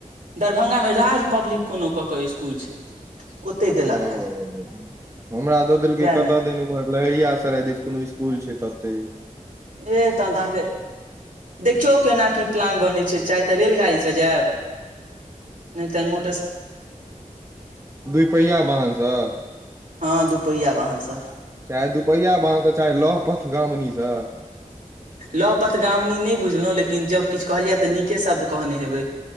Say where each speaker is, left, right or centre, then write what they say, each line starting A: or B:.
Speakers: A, on the right; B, on the right.
A: दरभंगामे राज पब्लिक कोनो कऽ केऽ इसकुल छै ओते देलक
B: ओ
A: हे
B: हमरा दऽ देलक
A: उएहमे
B: कत दिन उम्हर लहेरिया सराय दिस कोनो स्कूल छै ततै
A: एे तहन त अहाँके देखियौ केना की प्लान बनैत छै चाहे तऽ रेलगाड़ीसँ जायब नहि तन मो
B: दुपहिआ बाहनसँ
A: हँ दुपहिया वाहनसँ
B: चाहे दुूपहिया बान्ध से चाहे लौपथ गामनी सँ
A: लव पथगामिनी नहि बुझलहुँ लेकिन जब किछु कहलियै तऽ नीके शब्द कहने हेबै